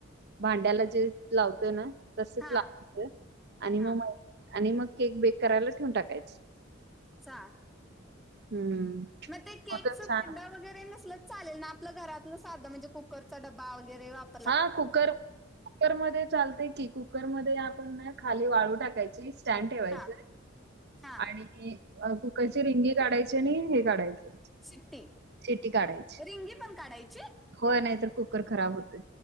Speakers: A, on the right; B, in the centre.
A: भांड्याला जे लावतो ना? तसच
B: हा
A: लावायचं आणि मग-
B: हा
A: आणि मग केक बेक करायला ठेवून टाकायचं.
B: चाल.
A: हम्म
B: मग ते केकच
A: मटन छान
B: भीडा वगैरे नसल. चालेल ना आपलं घरातलं साधं म्हणजे कुकरचा डबबा वगैरे वाप
A: हा कुकर कुकर मध्ये चालते की कुकर मध्ये आपण ना खाली वाळू टाकायची. स्टँड ठेवायच
B: हा हा
A: आणि कुकर ची रिंगी काढायची आणि हे काढायचं
B: शिट्टी,
A: शिट्टी काढायची.
B: रिंगी पण काढायची.
A: होय नाही. तर कुकर खराब होत.